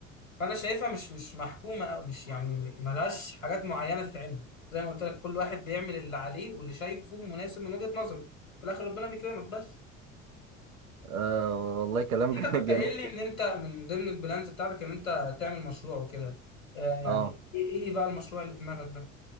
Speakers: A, on the left (about 75°); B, on the right (about 85°).
A: فانا شايفها مش مش محكومه او مش يعني ملهاش حاجات معينه تتعمل زي ما قلت لك كل واحد بيعمل اللي عليه واللي شايفه مناسب من وجهه نظره في الاخر ربنا بيكرمك بس
B: أه والله كلام
A: انت
B: <laughs>
A: كنت
B: جميل
A: قايل لي
B: جدا
A: ان انت من ضمن البلانز بتاعتك ان انت تعمل مشروع وكده آه يعني
B: اه
A: ايه إيه بقى المشروع اللي في دماغك ده